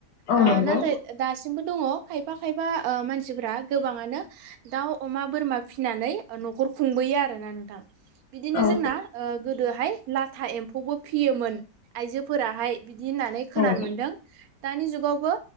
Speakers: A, on the left; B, on the right.
A: औ
B: ओ
A: नंगौ
B: नाथाय दासि दासिमबो दङ खायफा खायफा मानसिफोरा गोबाङानो दाउ अमा बोरमा फिसिनानै न'खर खुंबोयो आरो ना नोंथां बिदिनो
A: औ
B: जोंना ओ गोदोहाय लाथा एम्फौबो फियोमोन आइजोफोराहाय बिदि होननानै खोनानो
A: औ
B: मोनदों। दानि जुगावबो